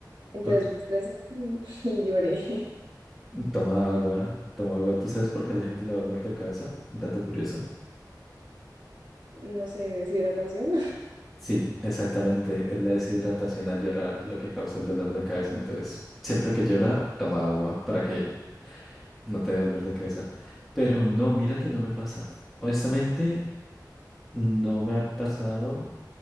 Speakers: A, on the right (about 80°); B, in the centre.
A: Entonces
B: Ok.
A: me estresé y, <laughs> y lloré.
B: Toma agua, toma agua. ¿Tú sabes por qué a la gente le da dolor de cabeza? Dato curioso.
A: No sé, deshidratación. <laughs>
B: Sí, exactamente. Es la deshidratación al llorar lo que causa el dolor de cabeza. Entonces, siempre que llora, toma agua para que no te dé dolor de cabeza. Pero no, mira que no me pasa. Honestamente, no me ha pasado,